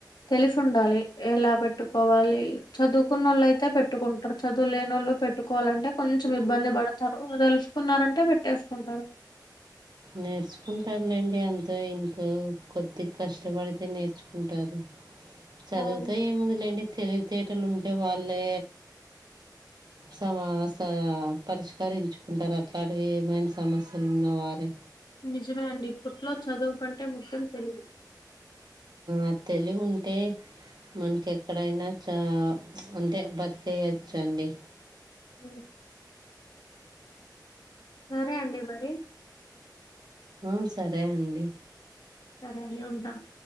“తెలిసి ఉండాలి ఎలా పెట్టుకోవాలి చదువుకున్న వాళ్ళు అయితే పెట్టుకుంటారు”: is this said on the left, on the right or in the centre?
Left